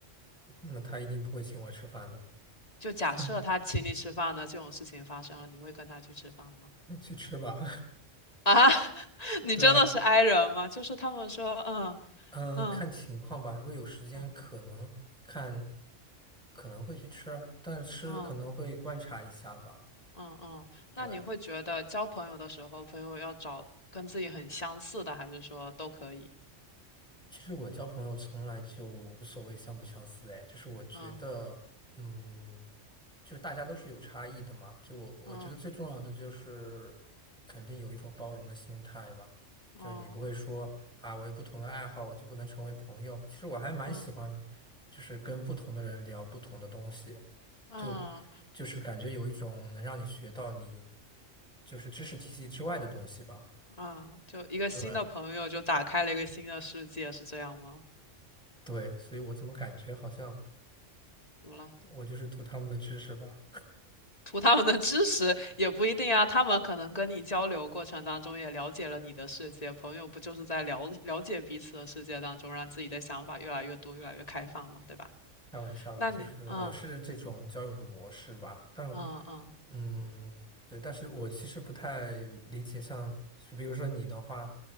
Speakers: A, in the centre; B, on the left.
A: 那他一定不会请我吃饭的，
B: 就假设他请你吃饭呢，
A: <laughs>
B: 这种事情发生了，你会跟他去吃饭吗？
A: 那去吃吧。
B: 啊，<laughs>
A: <laughs>
B: 你真的是
A: 对啊，
B: i 人吗？就是他们说，嗯
A: 嗯，
B: 嗯
A: 看情况吧。如果有时间，
B: 嗯
A: 可能看，可能会去吃啊但是可能会观察一下吧。
B: 嗯嗯嗯，
A: 对，
B: 那你会觉得交朋友的时候，朋友要找跟自己很相似的，还是说都可以？
A: 其实我交朋友从来就无所谓相不相似，哎，就是我觉得，
B: 嗯
A: 嗯。就是大家都是有差异的嘛。就我我觉得最重要的就是肯定有一种包容的心态嘛，
B: 嗯
A: 就是你不会说啊，
B: 嗯
A: 我有不同的爱好，我就不能成为朋友。其实我还蛮喜欢，
B: 嗯
A: 就是跟不同的人聊不同的东西，
B: 嗯
A: 就就是感觉有一种能让你学到你就是知识体系之外的东西吧。
B: 嗯，就一个新的朋友就打开了一个新的世界，
A: 对
B: 是这样吗？
A: 对，所以我怎么感觉好像
B: 怎么了？
A: 我就是图他们的知识吧。
B: 图他们的知识也不一定啊，他们可能跟你交流过程当中也了解了你的世界，朋友不就是在了了解彼此的世界当中，让自己的想法越来越多，越来越开放嘛，对吧？
A: 开玩笑了，
B: 那你，
A: 就是我是这种交友的模式吧，
B: 嗯
A: 但
B: 嗯嗯
A: 嗯，对，但是我其实不太理解像，是比如说你的话，